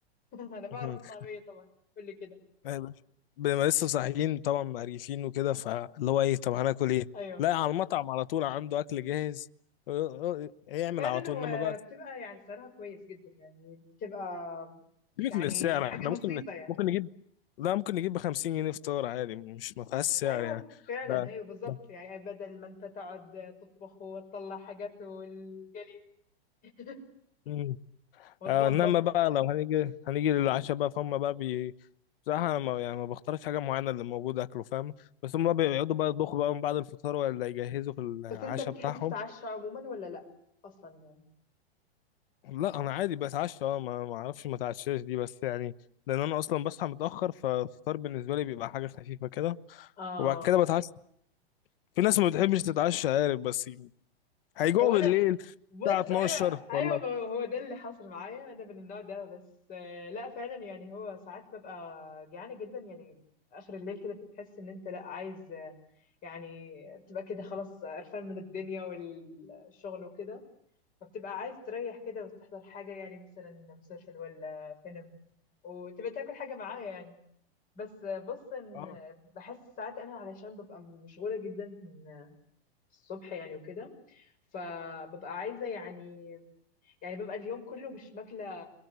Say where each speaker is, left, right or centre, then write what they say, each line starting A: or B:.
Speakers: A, on the left; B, on the left.
A: <laughs> انا بعرف
B: <laughs>
A: الطعميه طبعا قولي كده
B: ما- بنبقى لسه صاحيين طبعا مقريفين وكده فاللي هو ايه طب هناكل ايه
A: ايوه
B: لا على المطعم على طول عنده اكل جاهز اه، اه، يعمل
A: فعلا
B: على طول
A: وبتبقى
B: انما بقى
A: يعني سعرها كويس جدا يعني بتبقى
B: سيبك
A: يعني
B: من السعر
A: حاجة
B: احنا ممكن
A: بسيطة يعني
B: ممكن نجيب لا ممكن نجيب ب 50 جنيه فطار عادي مش ما فيهاش سعر
A: ايوه
B: يعني
A: فعلا
B: ده
A: ايوه بالظبط
B: ده
A: يعني بدل ما انت تقعد تطبخ وتطلع حاجات والجلي <laughs>
B: مم.
A: وتنظف
B: آه انما بقى لو هنيجي هنيجي للعشاء بقى فهم بقى بي بصراحة أنا ما يعني ما بختارش حاجة معينة اللي موجودة أكله فاهم بس هم بقى بيقعدوا بقى يطبخوا بقى من بعد الفطار ولا يجهزوا في العشاء
A: بس انت بتحب
B: بتاعهم
A: تتعشى عموما ولا لا اصلا يعني
B: لا انا عادي بتعشى اه ما ما اعرفش ما اتعشاش دي بس يعني لان انا اصلا بصحى متاخر فالفطار بالنسبه لي بيبقى حاجه خفيفه كده
A: اه
B: وبعد كده بتعشى في ناس ما بتحبش تتعشى عارف بس هيجوعوا
A: هو
B: بالليل
A: انا بص
B: الساعه 12
A: ايوه ايوه
B: ولا
A: ما هو هو ده اللي حصل معايا انا من النوع ده بس آه، لا فعلا يعني هو ساعات ببقى جعانه جدا يعني اخر الليل كده بتحس ان انت لا عايز آه، يعني بتبقى كده خلاص قرفان من الدنيا والشغل وكده فبتبقى عايز تريح كده وتحضر حاجه يعني مثلا مسلسل ولا فيلم وتبقى تاكل حاجه معاه يعني بس آه، بص ان
B: اه
A: بحس ساعات انا علشان ببقى مشغوله جدا من الصبح يعني وكده فببقى عايزه يعني يعني ببقى اليوم كله مش ماكلة